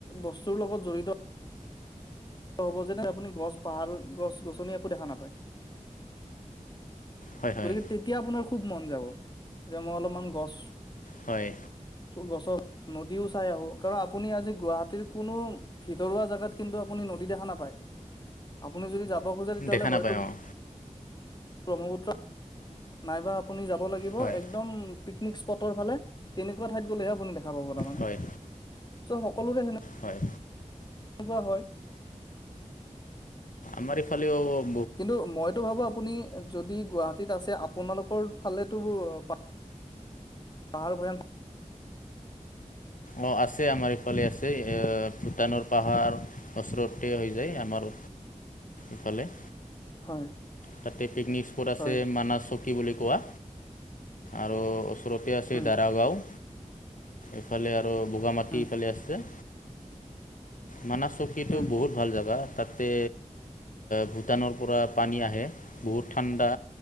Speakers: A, on the left; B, on the left.
A: বস্তুৰ লগত জড়িত হ'ব যেনে আপুনি গছ পাহাৰ গছ-গছনি একো দেখা নাপায়।
B: হয় হয়
A: গতিকে তেতিয়া আপোনাৰ খুব মন যাব যে মই অলপমান গছ
B: হয়
A: গছৰ নদীও চাই আহো কাৰণ আপুনি আজি গুৱাহাটীৰ কোনো ভিতৰুৱা জাগাত কিন্তু আপুনি নদী দেখা নাপায় আপুনি যদি যাব খোজে তেতিয়াহ'লে
B: দেখা নাপায়
A: হয়তো
B: অঁ
A: ব্ৰহ্মপুত্ৰ নাইবা আপুনি যাব লাগিব
B: হয়
A: একদম পিকনিক স্পটৰ ফালে তেনেকুৱা ঠাইত গ'লেহে আপুনি দেখা পাব তাৰ মানে
B: হয়
A: চ' সকলোৰে হ
B: হয়।
A: কোনো বা হয়।
B: আমাৰফালে হ'ব।
A: কিন্তু মইতো ভাবো আপুনি যদি গুৱাহাটীত আছে আপোনালোকৰ ফালেতো পা পাহাৰ ভৈয়াম
B: অ'। আছে আমাৰ ইফালে আছে ভূটানৰ পাহাৰ ওচৰতে হৈ যায় আমাৰ ইফালে
A: হয়
B: তাতে পিকনিক স্পট আছে
A: হয়
B: মানা চকী বুলি কোৱা আৰু ওচৰতে আছে
A: হম
B: দাৰাগাঁও এইফালে আৰু বগামাটি
A: হম
B: ইফালে আছে। মানছ চৌকীটো
A: হম
B: বহুত ভাল জেগা তাতে ভূটানৰ পৰা পানী আহে। বহুত ঠাণ্ডা।